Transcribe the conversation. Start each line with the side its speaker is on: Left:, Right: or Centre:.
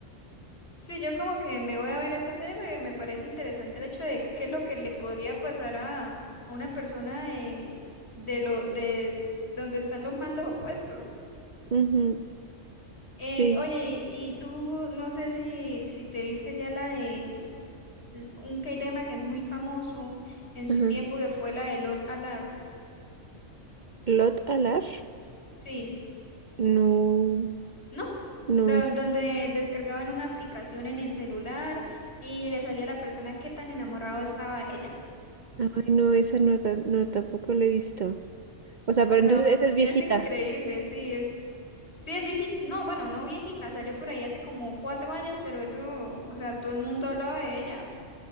Left: sí, yo como que me voy a ver esa serie porque me parece interesante el hecho de qué es lo que le podría pasar a, a una persona de, de lo, de donde están los mandos opuestos.
Right: Ujú,
Left: Eh,
Right: Sí,
Left: oye, y, y tú no sé si, si te viste ya la de l- un K-drama que es muy famoso en
Right: ajá.
Left: su tiempo que fue la de Lot Alar.
Right: Lot Alar,
Left: Sí.
Right: no,
Left: No,
Right: no
Left: do-
Right: es,
Left: donde descargaban una aplicación en el celular y le salía a la persona qué tan enamorado estaba de ella.
Right: ay, no, esa no, ta- no, tampoco lo he visto. O sea, pero
Left: Eh,
Right: entonces
Left: No,
Right: esa es viejita.
Left: es increíble, sí, es, sí, es viejita, no, bueno, no viejita, salió por ahí hace como cuatro años, pero eso, o sea, todo el mundo hablaba de ella,